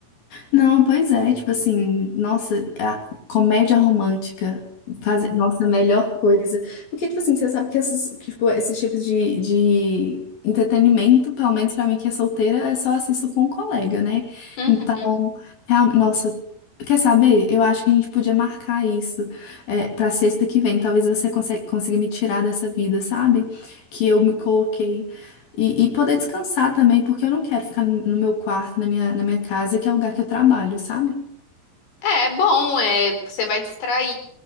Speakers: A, on the left (about 65°); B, on the left (about 90°).
A: Não, pois é, tipo assim, nossa, é a comédia romântica fazer nossa a melhor coisa. Porque, tipo assim, você sabe que esses, tipo, esses tipos de, de entretenimento, pelo menos pra mim que é solteira, é só assisto com um colega, né?
B: Uhum.
A: Então, real- nossa, quer saber? Eu acho que a gente podia marcar isso é, pra sexta que vem. Talvez você consiga, consiga me tirar dessa vida, sabe? Que eu me coloquei. E, e poder descansar também, porque eu não quero ficar no, no meu quarto, na minha, na minha casa, que é o lugar que eu trabalho, sabe?
B: É bom, é, você vai distrair